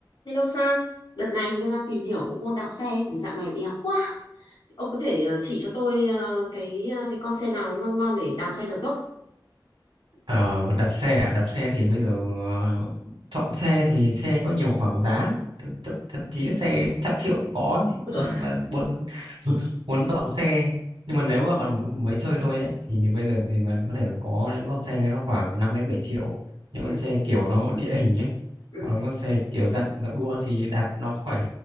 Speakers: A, on the left; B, on the right.
A: Hello Sang, đợt này thì tôi đang tìm hiểu bộ môn đạp xe, vì dạo này béo quá. Ông có thể ờ, chỉ cho tôi ờ, cái ờ, cái con xe nào ngon ngon để đạp xe được tốt. không?
B: Ờ, đặt xe à? đặt xe thì bây giờ ờ, chọn xe thì xe có nhiều khoảng giá lắm. thậm, thậm, thậm chí xe trăm triệu cũng có ấy.
A: Ôi
B: Mà-
A: dồi,
B: mà muốn <laughs> muốn dòng xe nhưng mà nếu mà bạn muốn mới chơi thôi ấy thì bây giờ thì bạn có thể có những con xe nó khoảng 5 đến 7 triệu những
A: ừ,
B: con xe kiểu nó địa hình ấy
A: ừ.
B: còn con xe kiểu dạng dạng đua thì đạp nó khỏe